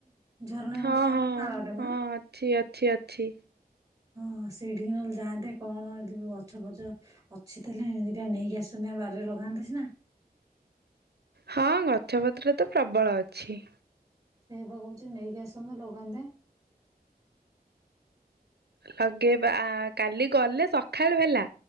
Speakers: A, on the right (about 20°); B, on the right (about 90°).
A: ଝରଣା
B: ହଁ
A: ଭଳିଆ
B: ହଁ
A: ନାଳଟେ ମ
B: ହଁ ଅଛି ଅଛି ଅଛି।
A: ହଁ ସିଡି ନ ଯାଆନ୍ତେ କଣ ଏ ଗଛ ଫଛ ଅଛି ତଲେ ଏ ଦଟା ନେଇକି ଆସନ୍ତି ବାରିରେ ଲଗାନ୍ତେ ସିନା
B: ହଁ ଗଛପତ୍ର ତ ପ୍ରବଳ ଅଛି।
A: ସେଏ ବା କହୁଛି ନେଇକି ଆସନ୍ତ ଲଗାନ୍ତେ।
B: ଲଗେଇବା କାଲି ଗଲେ ସକାଳୁ ହେଲା